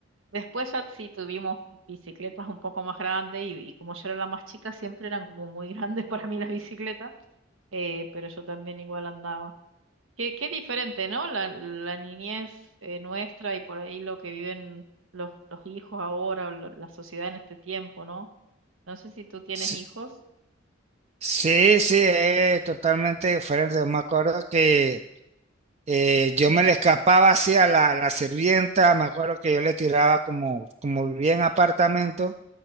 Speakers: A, on the right (about 75°); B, on the right (about 30°).
A: Después ya sí tuvimos bicicletas un poco más grandes y, y como yo era la más chica, siempre eran como muy grandes <laughs> para mí las bicicletas eh, pero yo también igual andaba. Qué, qué diferente, ¿no? La, la niñez eh, nuestra y por ahí lo que viven los, los hijos ahora o lo- la sociedad en este tiempo, ¿no? No sé si tú tienes
B: Sí,
A: hijos.
B: sí, sí, es totalmente diferente. Yo me acuerdo que eh, yo me le escapaba así a la, la sirvienta. Me acuerdo que yo le tiraba como, como vivía en apartamento.